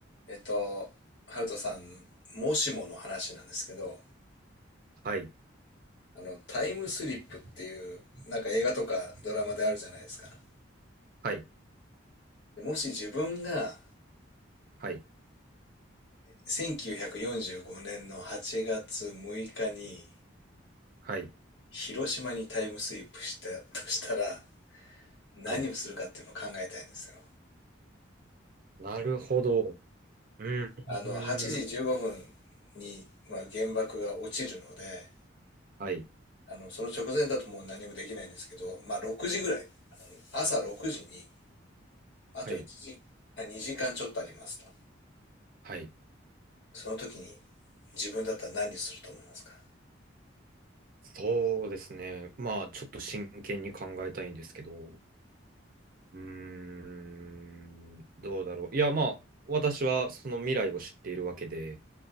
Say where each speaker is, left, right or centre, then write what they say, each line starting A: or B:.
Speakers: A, on the left; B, on the right.
A: えっと、ハルトさん、もしもの話なんですけど、
B: はい、
A: あの、タイムスリップっていう、なんか映画とかドラマであるじゃないですか。
B: はい、
A: でもし自分が
B: はい、
A: 1945年の8月6日に
B: はい、
A: 広島にタイムスリップしたとしたら何をするかっていうのを考えたいんですよ。
B: はい。なるほど。う
A: あの、
B: ん、
A: 8時15分に、
B: ん、
A: まあ、原爆が落ちるので、
B: はい、
A: あの、その直前だともう何もできないんですけど、まあ、6時ぐらい、朝6時にあと1時、
B: はい、
A: あ2時間ちょっとありますと。
B: はい。
A: その時に自分だったら何すると思いますか
B: そうですね。まあ、ちょっと真剣に考えたいんですけど、うーん、どうだろう。いや、まあ、私はその未来を知っているわけで、